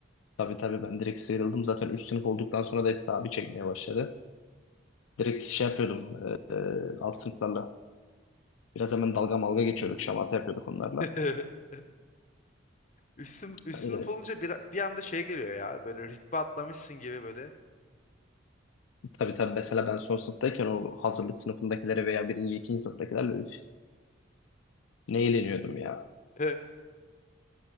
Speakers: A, on the left; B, on the left.
A: Tabii tabii ben direkt sıyrıldım. Zaten üst sınıf olduktan sonra da hepsi abi çekmeye başladı. Direkt şey yapıyordum e, e, alt sınıflarla. Biraz hemen dalga malga geçiyorduk, şamata yapıyorduk onlarla.
B: <laughs> Üst, sınıf, üst
A: E,
B: sınıf olunca bir, bir anda şey geliyor ya. Böyle ritme atlamışsın gibi böyle.
A: tabii tabii mesela ben son sınıftayken o hazırlık sınıfındakileri veya birinci, ikinci sınıftakilerle üf, ne eğleniyordum ya.
B: <laughs>